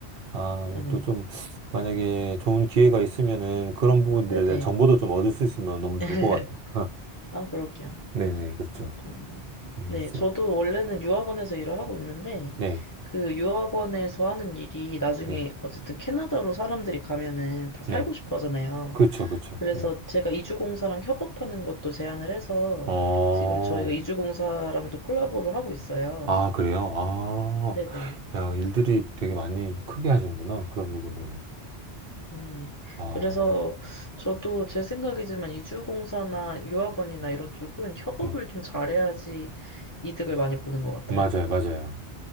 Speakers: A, on the right (about 60°); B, on the left (about 25°).
A: 아, 뭐
B: 네네.
A: 또좀 만약에 좋은 기회가 있으면은 그런 부분들에
B: 네네.
A: 대한 정보도 좀 얻을 수 있으면 너무 좋을
B: <laughs>
A: 것 같네요. <laughs>
B: 아, 그럼요.
A: 네네, 그렇죠.
B: 음, 그럼요.
A: 알겠습니다.
B: 네. 저도 원래는 유학원에서 일을 하고 있는데,
A: 네,
B: 그 유학원에서 하는 일이 나중에
A: 네,
B: 어쨌든 캐나다로 사람들이 가면은 다 살고
A: 네.
B: 싶어 하잖아요.
A: 그쵸, 그쵸.
B: 그래서
A: 네.
B: 제가 이주공사랑 협업하는 것도 제안을 해서
A: 어,
B: 지금 저희가 이주공사랑도 콜라보를 하고 있어요.
A: 아, 그래요? 아,
B: 네네.
A: 야, 일들이 되게 많이 크게 하시는구나. 그런 부분들을.
B: 네.
A: 아,
B: 그래서 저도 제 생각이지만 이주공사나 유학원이나 이런 쪽은 협업을
A: 음,
B: 좀 잘해야지 이득을 많이 보는 것 같아요.
A: 맞아요, 맞아요.